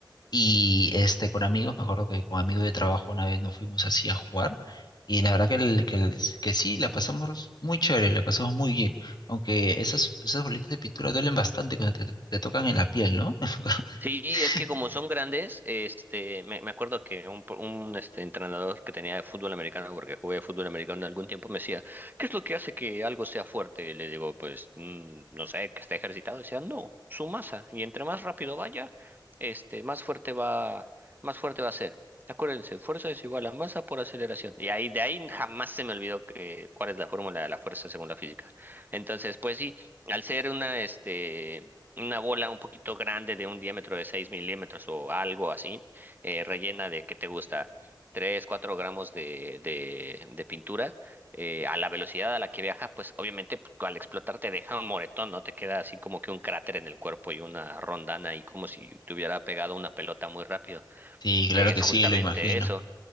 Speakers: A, on the left; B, on the right.
A: y este con amigos, me acuerdo que con amigos de trabajo una vez nos fuimos así a jugar y la verdad que, el- que, el- que sí, la pasamos muy chévere, la pasamos muy bien, aunque esas, esas bolitas de pintura duelen bastante cuando te, te tocan en la piel, ¿no?
B: Sí,
A: <laughs>
B: es que como son grandes, este, me, me acuerdo que un, pro- un este, entrenador que tenía de fútbol americano, porque jugué fútbol americano algún tiempo, me decía, ¿qué es lo que hace que algo sea fuerte? Y le digo, pues, mm, no sé, que esté ejercitado. Decía, no, su masa. Y entre más rápido vaya, este, más fuerte va, más fuerte va a ser. Acuérdense, fuerza es igual a masa por aceleración. Y ahí, de ahí jamás se me olvidó que, cuál es la fórmula de la fuerza según la física. Entonces, pues sí, al ser una, este una bola un poquito grande de un diámetro de 6 milímetros o algo así, eh, rellena de, ¿qué te gusta? 3 4 gramos de, de, de pintura, eh, a la velocidad a la que viaja, pues obviamente p- al explotar te deja un moretón, ¿no? Te queda así como que un cráter en el cuerpo y una rondana y como si te hubiera pegado una pelota muy rápido,
A: Sí, claro
B: que es
A: que
B: justamente
A: sí, lo imagino.
B: eso.